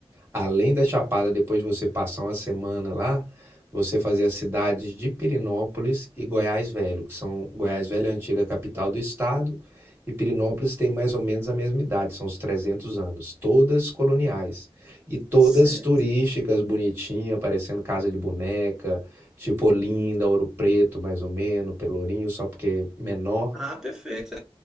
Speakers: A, on the right; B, in the centre.
A: além da Chapada, depois de você passar uma semana lá, você fazer as cidades de Pirinópolis e Goiás Velho, que são Goiás Velho é a antiga capital do estado e Pirinópolis tem mais ou menos a mesma idade, são os 300 anos, todas coloniais e todas
B: certo.
A: turísticas, bonitinha, parecendo casa de boneca. Tipo Olinda, Ouro Preto, mais ou menos, Pelourinho, só porque é menor.
B: Ah, perfeito.